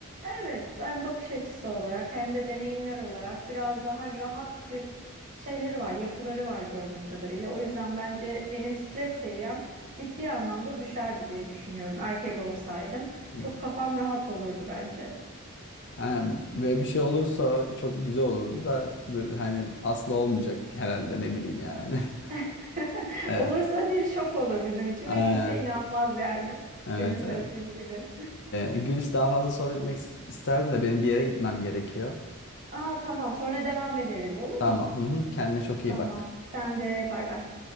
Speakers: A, on the right; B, on the left.
A: evet, hem bakış açısı olarak hem de deneyimler olarak biraz daha rahat bir şeyleri var, yapıları var gördüğüm kadarıyla. O yüzden bence benim stres seviyem ciddi anlamda düşerdi diye düşünüyorum. Erkek olsaydım
B: Hı
A: çok
B: hı.
A: kafam rahat olurdu bence.
B: Aynen. Böyle bir şey olursa çok güzel olurdu da bu- hani asla olmayacak herhalde ne bileyim yani. <laughs>
A: <laughs>
B: Evet.
A: Olursa bir şok olur bizim için
B: Aynen.
A: ve kimse inanmaz yani
B: Evet
A: senin söylediğin
B: evet.
A: gibi.
B: E, Gülis daha fazla sohbet etmek is- isterdim de benim bir yere gitmem gerekiyor.
A: Aa tamam. Sonra devam ederiz olur mu?
B: Tamam. Hı hı. Kendine çok
A: Tamam.
B: iyi bak.
A: Sen de bay bay.